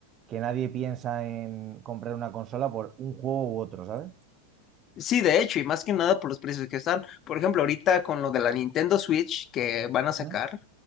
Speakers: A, on the right; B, on the left.
A: que nadie piensa en comprar una consola por un juego u otro, ¿sabes?
B: Sí, de hecho, y más que nada por los precios que están. Por ejemplo, ahorita con lo de la Nintendo Switch que van a
A: ¿Mm?
B: sacar,